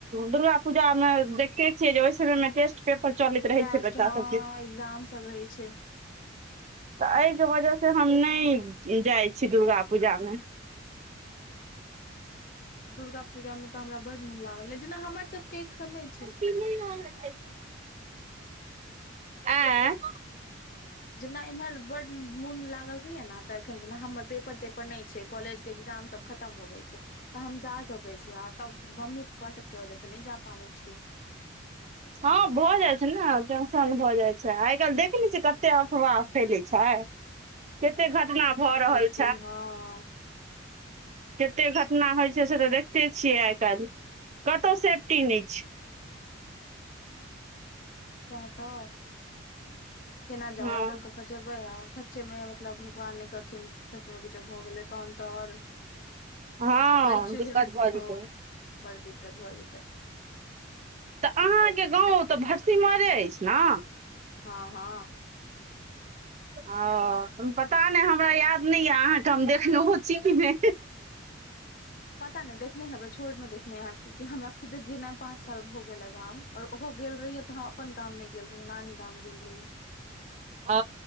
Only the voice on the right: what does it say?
दुर्गा पूजा मे देखते छियै जे ओइ समयमे टेस्ट पेपर चलैत रहै
छै बच्चा
सबके
तऽ अइके वजहसँ हम नय जाइ छी दुर्गा पूजामे
<unintelligible> ऐं
हँ भऽ जाइ छइन ने टेंशन भऽ जाइ छै सेहे आइ काइल देखइ नइ छै कते अफवाह फैले छै केते घटना भऽ रहल छै
कते घटना होइ छै से तऽ देखते छियै आइ काल्हि कतहु सेफ्टी नइ छै
हँ
हँ
दिक्कत
भऽ जेतै
तऽ अहाँके गाँव तऽ भटसिमइरे अछि ना।
ह ओ पता नहि हमरा याद नहि या अहाँके हम देखलहु छी की नय।
ओ